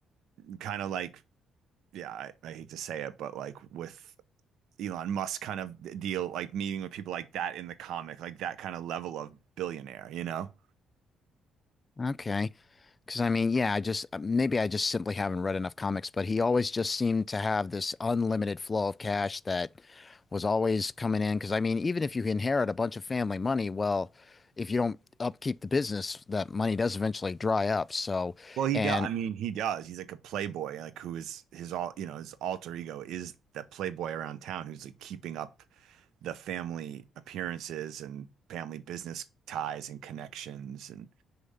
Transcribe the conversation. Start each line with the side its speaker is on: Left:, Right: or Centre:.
Right: kind of like yeah, I, I hate to say it, but like with Elon Musk kind of deal, like meeting with people like that in the comic, like that kind of level of billionaire, you know?
Left: Okay. Because I mean, yeah, I just uh, maybe I just simply haven't read enough comics, but he always just seemed to have this unlimited flow of cash that was always coming in. Because I mean, even if you inherit a bunch of family money, well, if you don't upkeep the business, that money does eventually dry up. So,
Right: Well, he
Left: and
Right: does. I mean, he does. He's like a playboy, like who is his all, you know, his alter ego is the playboy around town who's like keeping up the family appearances and family business ties and connections. And